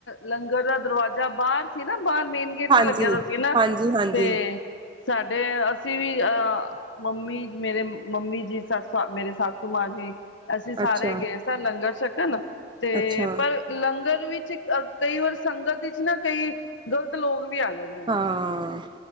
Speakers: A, on the left (about 80°); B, on the right (about 25°).
A: ਲੰਗਰ ਦਾ ਦਰਵਾਜ਼ਾ ਬਾਹਰ ਸੀ ਨਾ, ਬਾਹਰ ਮੇਨ ਗੇਟ
B: ਹਾਂਜੀ,
A: ਤੇ ਲੱਗਿਆ ਦਾ ਸੀ ਨਾ,
B: ਹਾਂਜੀ, ਹਾਂਜੀ
A: ਤੇ ਸਾਡੇ, ਅਸੀਂ ਵੀ, ਅਹ ਮੰਮੀ ਮੇਰੇ ਮੰਮੀ ਜੀ ਸਸ ਮੇਰੇ ਸਸੂ ਮਾਂ ਜੀ, ਅਸੀਂ ਸਾਰੇ
B: ਅੱਛਾ,
A: ਗਏ ਸ ਲੰਗਰ ਛਕਣ। ਤੇ
B: ਅੱਛਾ
A: ਪਰ ਲੰਗਰ ਵਿੱਚ ਕਈ ਵਾਰ ਸੰਗਤ ਵਿੱਚ ਨਾ ਕਈ ਗਲਤ ਲੋਕ ਵੀ ਆ ਜਾਂਦੇ ਨੇ
B: ਹਾਂ।